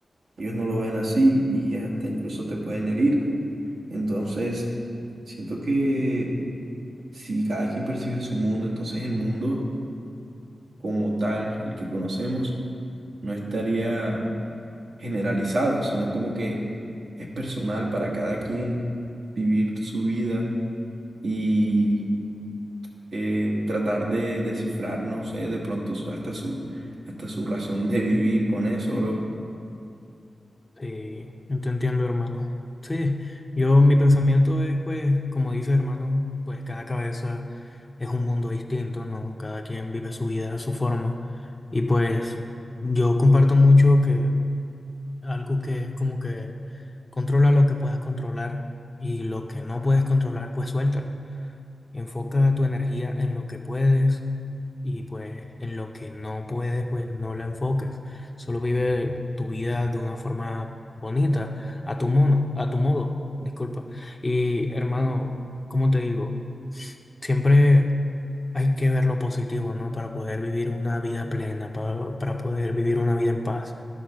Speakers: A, on the right; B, on the left.
A: ellos no lo ven así y hasta incluso te pueden herir. Entonces, siento que si cada quien percibe su mundo, entonces el mundo como tal, el que conocemos, no estaría generalizado, sino como que es personal para cada quien vivir su vida y... eh, tratar de descifrar, no sé, de pronto su- hasta su, hasta su razón de vivir con eso, bro.
B: Sí, yo te entiendo, hermano. Sí, yo mi pensamiento es, pues, como dice, hermano, pues cada cabeza es un mundo distinto, ¿no? Cada quien vive su vida a su forma. Y pues yo comparto mucho que algo que es como que controla lo que puedas controlar y lo que no puedes controlar, pues suéltalo. Enfoca tu energía en lo que puedes y pues en lo que no puedes, pues no la enfoques. Solo vive tu vida de una forma bonita, a tu mono, a tu modo, disculpa. Y hermano, ¿cómo te digo? Siempre hay que ver lo positivo, ¿no? Para poder vivir una vida plena, para, para poder vivir una vida en paz.